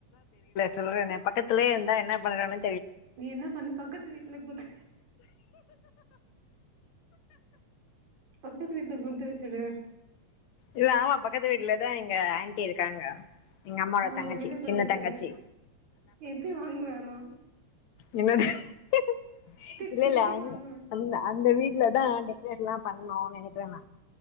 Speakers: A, on the left; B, on the right.
A: சொல்லுவாங்க பக்கத்திலே இருந்தான் என்ன பண்னனு
B: நீ என்ன பண்ணு பக்கத்து வீட் இல்ல போது பக்கத்து வீட்டுல குடுத்து வச்சுரு
A: இல்ல ஆமா பக்கத்து வீட்டுலதான் எங்க ஆண்டி இருக்காங்க எங்க அம்மாவோட
B: ம்
A: தங்கச்சி
B: அவங்கிட்ட குடுத்து
A: சின்ன
B: வச்சுரு
A: தங்கச்சி
B: எப்பிடி வாங்குவானோ
A: என்ன ஹு இல்ல
B: திருப்பி
A: இல்ல அங்க
B: வாங்குவ
A: அ அந்த வீட்டுலதான் டெக்ரேசனலா பண்ணுனானு நினப்பேங்க